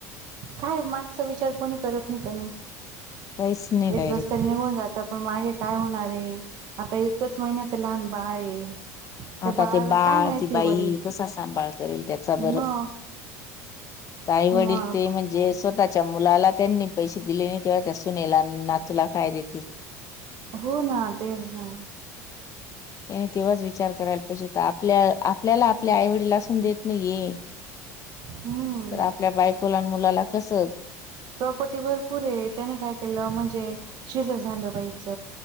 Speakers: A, on the right; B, on the left.
A: काय मागचा विचार कोणी करत नाही कनी.
B: काहीच नाही डायरेक्ट
A: एक रस्त्याला निघून जाता पण मागे काय होणार आहे. आता एकच महिन्याच लहान बाळ आहे. त्या
B: आता
A: बाळाला
B: ते बाळ,
A: काय माहिती
B: ती बाई
A: वडील
B: कसा सांभाळ करेल त्याचा बर.
A: मग
B: आई वडील
A: मग
B: ते म्हणजेच स्वतःच्या मुलाला त्यांनी पैसे दिले नाही. तेव्हा त्या सुनेला नातूला काय देतील.
A: हो ना तेच ना.
B: त्याने तेव्हाच विचार करायला पाहिजे होता. आपल्या आपल्याला आपल्या आई वडील असून देत नाहीय.
A: हम्म
B: तर आपल्या बायकोला मुलाला कस
A: प्रॉपर्टी भरपूर आहे. त्याने काय केल म्हणजे शिजर झाल बाईच.